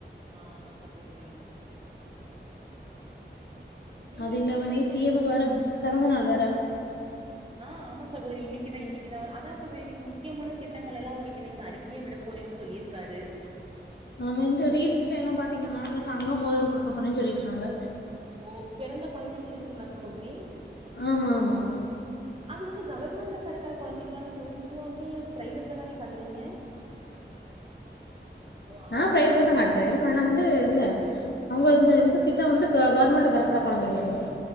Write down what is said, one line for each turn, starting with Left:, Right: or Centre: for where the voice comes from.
Right: ஆமா சகோதரி நீங்க
Left: அது
Right: எங்கேயாவது
Left: இல்லாம இன்னைக்கி
Right: வந்து
Left: சி
Right: ட்ரிப்
Left: எம்மு க்கு வேற பெறந்த நாள் வேற
Right: ஆ ஆமா சகோதரி இன்னைக்குதா இன்னைக்குதா அதா சகோதரி இன்னைக்கு முக்கியமான திட்டங்கள் எல்லா அவருக்கு இன்னைக்கு அறிக் கியா விட போறேன்னு சொல்லியிருக்காரு
Left: ஆமா இந்த ரீல்ஸ்ல எல்லா பாத்தீங்கனா தங்க மோதிரோ குடுக்கப்பேறேன்னு சொல்லியிருக்காங்க
Right: ஓ பிறந்த கொழந்தைங்களுகுங்களா சகோதரி
Left: ஆமா ஆமா
Right: அது வந்து கவர்மெண்ட்ல பிறக்கிற கொழந்தைகுதானே சொ சேரி நீங்க வந்து பிரைவேட்ல தானே காட்றீங்க ஆமா
Left: நா
Right: ஆமா
Left: பிரைவேட்ல
Right: சகோதரி
Left: தா காட்றேன் ஆனா வந்து இல்ல அவங்க வந்து
Right: ஆ
Left: எந் திட் திட்ட வந்து கவர்மெண்ட் பெறக்கிற கொழந்தைங்களுகுவே